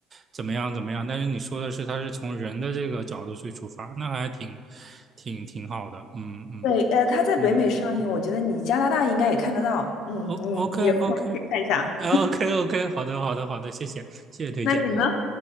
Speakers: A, on the right (about 40°); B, on the left (about 70°).
A: 怎么样怎么样。但是你说的是，它是从人的这个角度去出发，那还挺挺挺好的。嗯嗯
B: 对，呃，它在北美上映，
A: 嗯。
B: 我觉得你加拿大应该也看得到，嗯，
A: O
B: 你你有空以看一下。
A: OK OK 啊 OK OK，好的好的好的，谢谢谢谢推荐。
B: 那你呢？